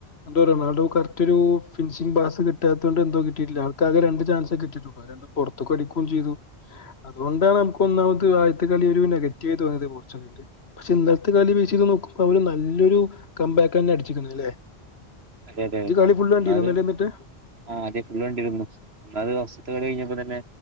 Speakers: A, on the left (about 75°); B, on the right (about 75°).
A: എന്തോ റൊണാഡോ കറക്റ്റ് ഒരു ഫിനിഷിംഗ് ബാസ് കിട്ടാത്തത് കൊണ്ട് എന്തോ കിട്ടില്ല ആൾക്കകെ ര ചാൻസ കട്ട്ടുള്ളൂ അണ്ട് പുറത്തത്ത് കടിക്കുകയും ചെയ്തു അതുകൊണ്ടാണ് നമുക്ക് ഒന്നാമത് അതുകൊണ്ടാണ് നമുക്ക് ഒന്നാമത്തെ ആദ്യത്തെ കളി ഒരു നെഗറ്റീവായിയി തോന്നിയത് പോർച്ചുകളയാറ്റ് പക്ഷെ ഇന്നലത്തെ കളി വ നോമ്പര് നല്ലൊരു കമ്പാക്ക് തന്നെ അടിച്ചിുന്നു അല്ലേ
B: അതെ അതെെ
A: ഇജ്ജ് കളി ഫുള്ള് കണ്ടിരുന്നോ
B: ഒന്നാത്
A: ഇന്നലെ എന്നിട്ട്
B: ആഹ് അതേ ഫുൾ കണ്ടിരുന്നു ഒന്നാത് ഫസ്ത്തെ കളി കഴിഞ്ഞപ്പോ തന്നെ